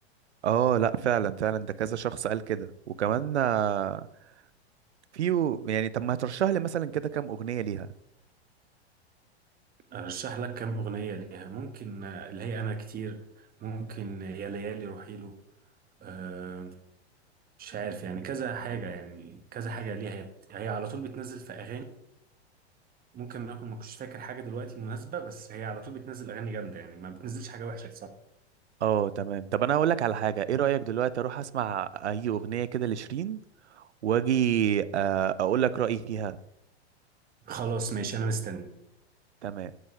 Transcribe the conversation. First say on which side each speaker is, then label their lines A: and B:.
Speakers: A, on the right; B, on the right.
A: اه لا فعلا فعلا ده كذا شخص قال كده وكمان آه، في يعني طب ما هترشح لي مثلا كده كام اغنيه ليها
B: ارشح لك كام اغنيه ليها ممكن آه، اللي هي انا كتير ممكن يا ليالي روحي له آه، مش عارف يعني كذا حاجه يعني كذا حاجه ليها هي هي على طول بتنزل في اغاني ممكن اكون ما كنتش فاكر حاجه دلوقتي مناسبه بس هي على طول بتنزل اغاني جامده يعني ما بتنزلش حاجه وحشه بصراحه
A: اه تمام طب انا اقول لك على حاجه ايه رايك دلوقتي اروح اسمع اي اغنيه كده لشيرين واجي آه، اقول لك رايي فيها
B: خلاص ماشي انا مستني
A: تمام